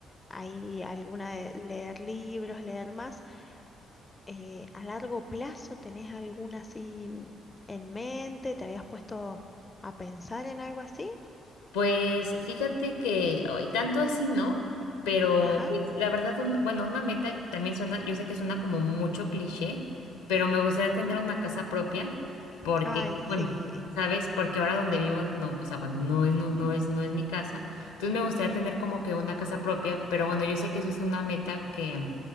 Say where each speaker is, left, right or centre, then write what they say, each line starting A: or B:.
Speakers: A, on the left; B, on the left.
A: ahí alguna de leer libros, leer más? eh, a largo plazo tenés alguna así en mente? ¿Te habías puesto a pensar en algo así?
B: Pues fíjate que ay, tanto así no, pero
A: Ajá.
B: pues la verdad, un- bueno, una meta también suena, yo sé que suena como mucho cliché, pero me gustaría tener una casa propia porque,
A: Ay, sí.
B: bueno, ¿sabes? Porque ahora donde vivo, no, o sea, bueno, no es, no, no es, no es mi casa. Entonces me gustaría tener como que una casa propia, pero bueno, yo sé que eso es una meta que,